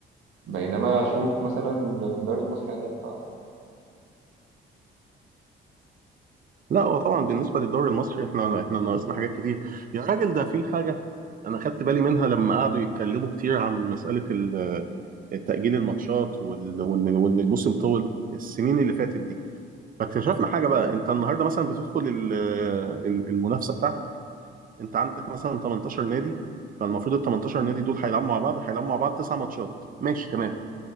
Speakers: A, on the right; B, on the right.
A: بينما اشوف مثلا في الدوري المصري عندنا ف...
B: لا هو طبعا بالنسبه للدوري المصري احنا احنا ناقصنا حاجات كتير يا راجل ده في حاجه انا خدت بالي منها لما قعدوا يتكلموا كتير عن مساله ال- تأجيل الماتشات وال- وان وان الموسم طول السنين اللي فاتت دي فاكتشفنا حاجه بقى انت النهارده مثلا بتدخل ال- ال- المنافسه بتاعتك انت عندك مثلا 18 نادي فالمفروض ال 18 نادي دول هيلعبوا مع بعض هيلعبوا مع بعض تسع ماتشات ماشي تمام